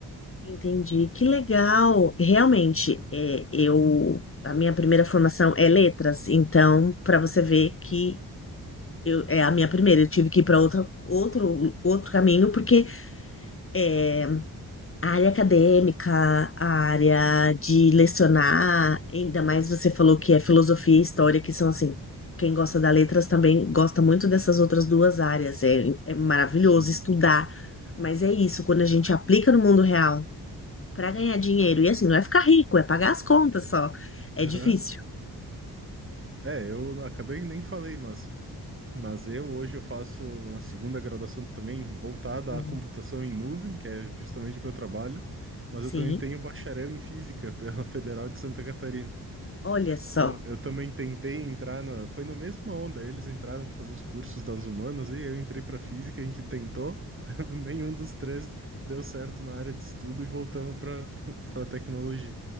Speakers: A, on the left; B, on the right.
A: Entendi, que legal. Realmente, é, eu a minha primeira formação é letras, então para você ver que eu, é a minha primeira, eu tive que ir para outra outro outro caminho porque é A área acadêmica, a área de lecionar, ainda mais você falou que é filosofia e história, que são assim, quem gosta da letras também gosta muito dessas outras duas áreas. É, é maravilhoso
B: sim
A: estudar, mas é isso, quando a gente aplica no mundo real para ganhar dinheiro, e assim, não é ficar rico, é pagar as contas só. É difícil.
B: Aham. É, eu acabei nem falei, mas, mas eu hoje eu faço uma segunda graduação também voltada
A: Uhum.
B: à computação em nuvem, que é justamente o que eu trabalho, mas
A: Sim,
B: eu também tenho bacharel em física pela <laughs> Federal de Santa Catarina.
A: olha só.
B: Então, eu também tentei entrar na, foi na mesma onda, eles entraram pra fazer os cursos das humanas e eu entrei para física, a gente tentou, <laughs> nenhum dos três deu certo na área de estudo e voltamos para para <laughs> tecnologia.